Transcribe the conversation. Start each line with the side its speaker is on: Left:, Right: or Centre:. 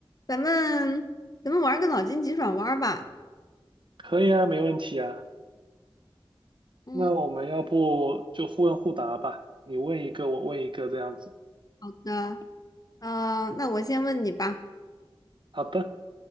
Left: 咱们咱们玩个脑筋急转弯儿吧。
Right: 可以啊，没问题啊。
Left: 嗯
Right: 那我们要不就互问互答吧，你问一个，我问一个，这样子。
Left: 好的，呃，那我先问你吧。
Right: 好的，